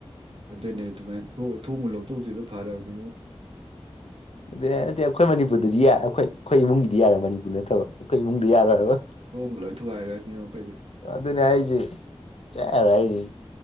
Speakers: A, on the right (about 65°); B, on the left (about 80°).
A: ꯑꯗꯨꯅꯦ ꯑꯗꯨꯃꯥꯏꯅ ꯊꯣꯡꯎ ꯂꯧꯊꯣꯛꯎꯁꯤꯗ ꯐꯔꯕꯅꯤ ꯏꯕꯉꯛ
B: ꯑꯗꯨ ꯅꯠꯇꯦ ꯑꯩꯈꯣꯏ ꯃꯅꯤꯄꯨꯔꯗꯗꯤ ꯌꯥꯏ ꯑꯩꯈꯣꯏ ꯑꯩꯈꯣꯏ ꯏꯃꯨꯡꯒꯤꯗꯤ ꯗꯤ ꯌꯥꯔꯣꯏ ꯃꯅꯤꯄꯨꯔ ꯅꯠꯇꯕ ꯀ ꯏꯃꯨꯡꯗꯤ ꯌꯥꯔꯣꯏꯕ
A: ꯊꯣꯡꯕ ꯂꯣꯏ ꯊꯨꯒꯥꯏꯔꯅꯤ ꯑꯩꯈꯣꯏꯗꯤ
B: ꯑꯗꯨꯅꯦ ꯍꯥꯏꯁꯦ ꯆꯥꯏꯔꯣꯏ ꯑꯩꯁꯦ